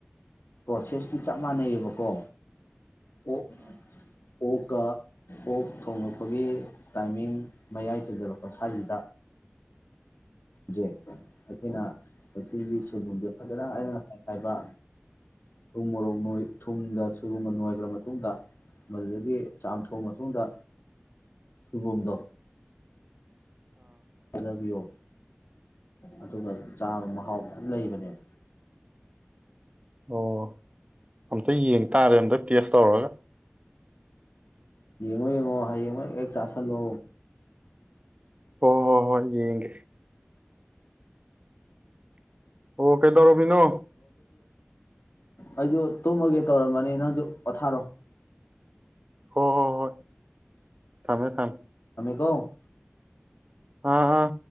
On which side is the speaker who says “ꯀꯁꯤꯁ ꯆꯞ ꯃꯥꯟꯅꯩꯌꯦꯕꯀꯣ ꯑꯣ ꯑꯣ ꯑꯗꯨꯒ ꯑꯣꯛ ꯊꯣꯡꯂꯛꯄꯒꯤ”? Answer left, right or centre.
Left